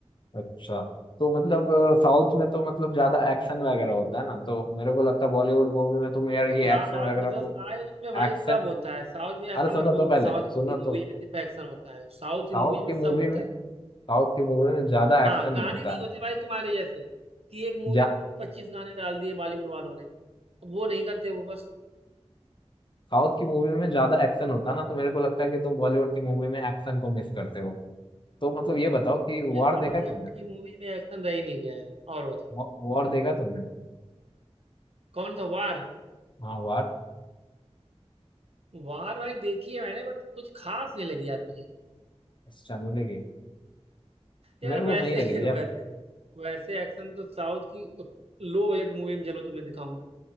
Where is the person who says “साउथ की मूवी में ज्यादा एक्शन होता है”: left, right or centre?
Left